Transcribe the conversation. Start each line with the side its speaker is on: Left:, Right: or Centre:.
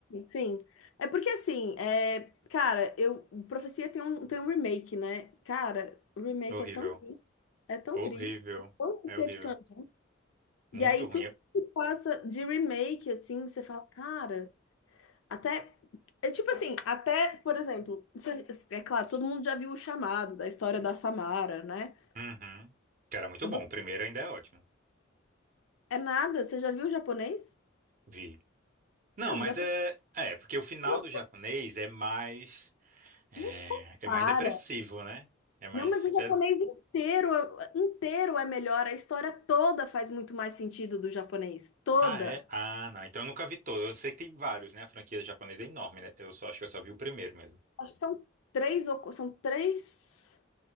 Left: sim. É porque assim, é, cara, eu Profecia tem um tem um remake, né? Cara, o remake
Right: Horrível.
Left: é tão triste, é tão
Right: Horrível.
Left: triste, é tão decepcionante.
Right: É horrível. Muito
Left: E aí
Right: ruim.
Left: tudo que passa de remake, assim, você fala, cara, até. É tipo assim, até, por exemplo, você- é claro, todo mundo já viu o chamado da história da Samara, né?
Right: Uhum. Cara, muito
Left: Vo-
Right: bom. O primeiro ainda é ótimo.
Left: É nada, você já viu o japonês?
Right: Vi. Não,
Left: Cara,
Right: mas
Left: o japonês
Right: é. É, porque o final
Left: não
Right: do japonês é mais. É,
Left: não se compara.
Right: é mais depressivo, né? É mais.
Left: Não, mas o
Right: pes-
Left: japonês inteiro, inteiro é melhor. A história toda faz muito mais sentido do japonês. Toda.
Right: Ah, é? Ah, não. Então eu nunca vi todo. Eu sei que tem vários, né? A franquia japonesa é enorme, né? Eu só acho que eu só vi o primeiro mesmo.
Left: Acho que são três, ou- são três,